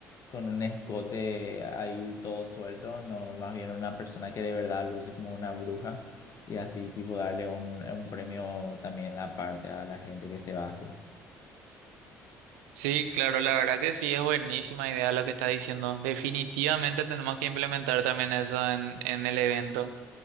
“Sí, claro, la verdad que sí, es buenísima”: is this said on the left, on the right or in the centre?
Right